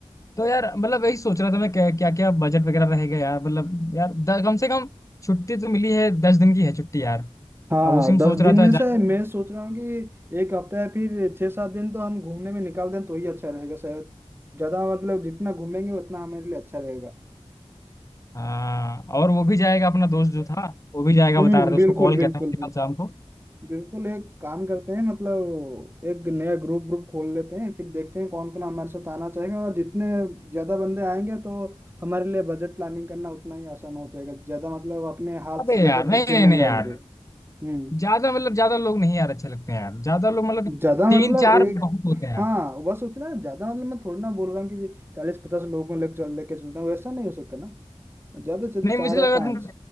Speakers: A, on the left; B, on the right.
A: तो यार मतलब वही सोच रहा था मैं क्या क्या, क्या बजट वगैरह रहेगा यार मतलब यार द, कम से कम छुट्टी तो मिली है दस दिन की है छुट्टी यार
B: हाँ
A: अब उसी में
B: दस
A: सोच
B: दिन
A: रहा था
B: में
A: जा
B: से मैं सोच रहा हूँ कि एक हफ्ता या फिर छः सात दिन तो हम घूमने में निकाल दें तो ही अच्छा रहेगा शायद ज्यादा मतलब जितना घूमेंगे उतना हमारे लिए अच्छा रहेगा
A: हाँ और वो भी जाएगा अपना दोस्त जो था वो भी जाएगा
B: हम्म
A: बता रहा था
B: बिल्कुल
A: उसको कॉल
B: बिल्कुल
A: किया था मैंने
B: बिल्कुल
A: कल शाम को
B: बिल्कुल एक काम करते हैं मतलब एक नया ग्रुप ग्रुप खोल लेते हैं फिर देखते हैं कौन कौन हमारे साथ आना चाहेगा और जितने ज्यादा बंदे आएंगे तो हमारे लिए बजट प्लानिंग करना उतना ही आसान हो जाएगा ज्यादा मतलब अपने हाथ
A: अबे
B: से ज्यादा
A: यार नहीं
B: खर्चे
A: नहीं
B: नहीं
A: नहीं
B: आएंगे
A: यार
B: हम्म
A: ज्यादा मतलब ज्यादा लोग नहीं यार अच्छे लगते हैं यार ज्यादा लोग मतलब
B: ज्यादा
A: तीन
B: मतलब
A: चार
B: एक
A: बहुत होते हैं यार
B: हाँ बस उतना ज्यादा मतलब मैं थोड़ी ना बोल रहा हूँ कि चालीस पचास लोगों को लेकर चल लेके चलता हूँ वैसा नहीं हो सकता ना ज्यादा से ज्यादा
A: नहीं मुझे
B: चार या
A: लगा
B: पांच
A: तुम